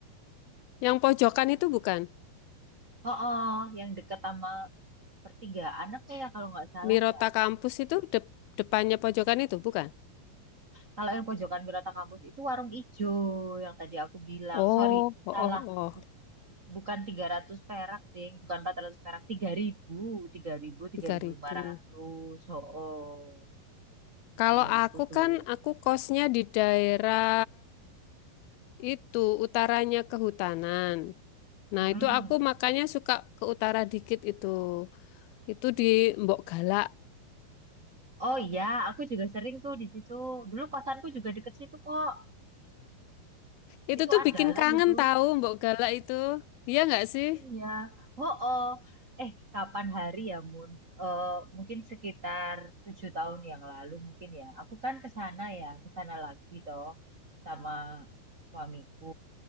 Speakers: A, on the left; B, on the right.
A: Yang pojokan itu bukan?
B: Oh, yang deket sama pertigaan apa ya kalau nggak salah
A: Mirota
B: ya.
A: kampus itu dep- depannya pojokan itu, bukan?
B: Kalau yang pojokan Wirata Kampus itu warung ijo yang tadi aku bilang.
A: Oh,
B: Sorry,
A: oh,
B: salah.
A: oh, oh,
B: Bu- Bukan 300 perak, Ding. Bukan 400 perak. tiga tiga tiga ribu, ribu,
A: tiga
B: ribu
A: ribu.
B: lima ratus Oh,
A: Kalau
B: zaman
A: aku
B: itu tuh.
A: kan, aku kosnya di daerah itu, utaranya kehutanan. Nah,
B: Mm-mm.
A: itu aku makanya suka ke utara dikit itu. Itu di Mbok Galak.
B: Oh iya, aku juga sering tuh di situ. Dulu kosanku juga deket situ kok.
A: Itu
B: Itu
A: tuh
B: andalan
A: bikin kangen
B: itu.
A: tahu Mbok Galak itu. Iya nggak sih?
B: Iya, oh, oh. Eh, kapan hari ya, Mun? Eh, mungkin sekitar tujuh tahun yang lalu mungkin ya. Aku kan ke sana ya, ke sana lagi toh sama suamiku.